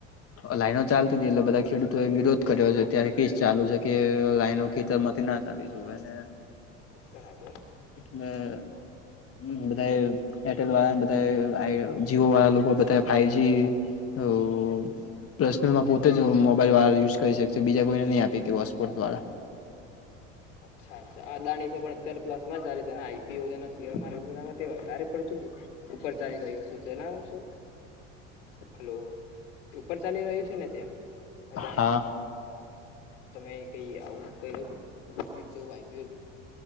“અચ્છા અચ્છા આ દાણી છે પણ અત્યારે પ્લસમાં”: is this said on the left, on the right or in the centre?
Left